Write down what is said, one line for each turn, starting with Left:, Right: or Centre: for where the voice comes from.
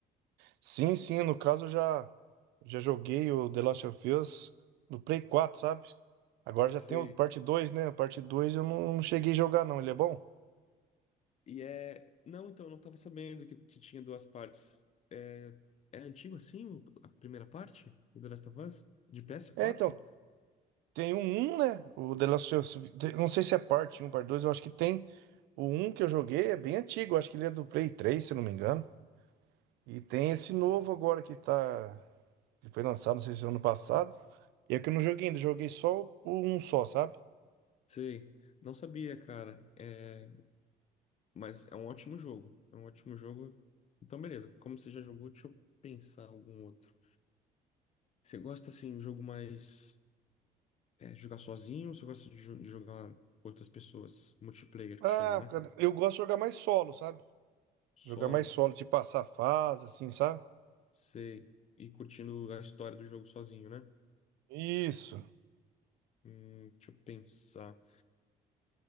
Right: Sim, sim, no caso eu já já joguei o The Last of Us no Play quatro sabe? Agora já
Left: sei
Right: tem o parte dois né? A parte 2 eu não, não cheguei a jogar não, ele é bom?
Left: E é. Não, então, eu não tava sabendo que, que tinha duas partes. É... é antigo assim, o- a primeira parte do The Last of Us? De ps quatro
Right: É, então, tem um 1, né? O The Last of Us, de- não sei se é parte um parte dois eu acho que tem o um que eu joguei, é bem antigo, eu acho que ele é do Play três se eu não me engano. E tem esse novo agora que tá. Que foi lançado, não sei se é ano passado. E é que eu não joguei ainda, joguei só o- um só, sabe?
Left: Sei, não sabia, cara. É... Mas é um ótimo jogo. É um ótimo jogo. Então, beleza. Como você já jogou, deixa eu pensar algum outro. Você gosta, assim, de jogo mais. é, jogar sozinho ou você gosta de, jo- de jogar com outras pessoas? Multiplayer,
Right: Ah,
Left: que chama, né?
Right: cara, eu gosto de jogar mais solo, sabe?
Left: Solo.
Right: Jogar mais solo, de passar fase, assim, sabe?
Left: Sei. E curtindo a história do jogo sozinho, né?
Right: Isso.
Left: Hum, deixa eu pensar.